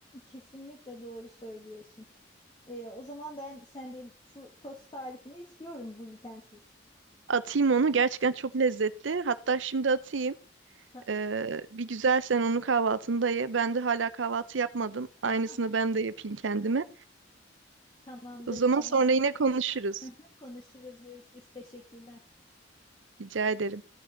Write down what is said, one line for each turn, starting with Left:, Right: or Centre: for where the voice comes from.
Left: Kesinlikle doğru söylüyorsun. E, o zaman ben senden şu tost tarifini istiyorum glutensiz.
Right: Atayım onu. Gerçekten çok lezzetli. Hatta şimdi atayım.
Left: Ta-
Right: E, bir güzel sen onu kahvaltında ye. Ben de hala kahvaltı yapmadım. Aynısını
Left: ah,
Right: ben de yapayım kendime.
Left: tamamdır
Right: O zaman
Left: tamam.
Right: sonra yine konuşuruz.
Left: <laughs> Konuşuruz görüşürüz teşekkürler.
Right: Rica ederim.